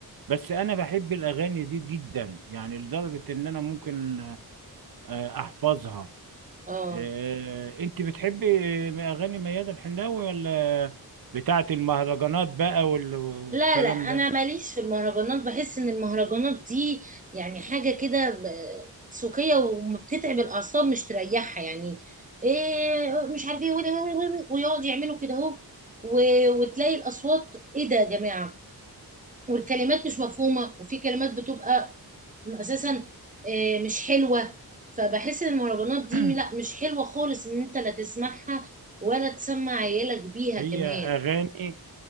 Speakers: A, on the right (about 60°); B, on the right (about 20°).
A: بس انا بحب الاغاني دي جدا يعني لدرجه ان انا ممكن آه، احفظها
B: اه
A: آه، انت بتحبي آه، اغاني ميادة الحناوي ولا بتاعه المهرجانات بقى وال- والكلام
B: لا لا انا
A: ده
B: ماليش في المهرجانات بحس ان المهرجانات دي يعني حاجه كده ب- سوقيه وبتتعب الاعصاب مش تريحها يعني ايه مش عارف ايه ويقعد يعملوا كده اهو و- وتلاقي الاصوات ايه ده يا جماعه والكلمات مش مفهومه وفي كلمات بتبقى اساسا إيه مش حلوه فبحس ان المهرجانات دي
A: <clears throat>
B: لا مش حلوه خالص ان انت لا تسمعها ولا تسمع عيالك بيها
A: هي
B: كمان
A: اغاني